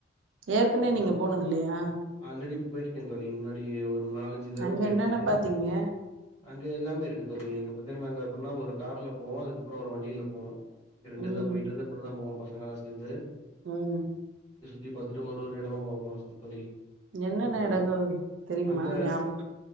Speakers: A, on the right; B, on the left.
A: ஏற்கனவே
B: அங்க
A: நீங்க போனதில்லையா
B: ஆல்ரெடி ப்ப போயிருக்கே தோழி முன்னாடியே ஒரு நாலஞ்சு தடவ
A: அங்க
B: போயிருக்கே
A: என்னென்ன பாத்தீங்க
B: அங் க எல்லாமே இருக்கு தோழி எங்க பாத்தின நாங்க எப்பின்னா ஒரு கார்ல போவோ அதுக்கப்பற ஒரு வண்டில போவோ ரெண்டு
A: ம்
B: இதா போயிட்டுத இப்பிடிதா போவம்ப்பா நாங்களா சேந்து
A: ம்
B: தி பாத்துட்டு ஒரு ஒரு எடமா பாப்போ தோழி
A: என்னென்ன
B: க
A: எடங்கள் தெரியுமா
B: அங்க
A: ஞாப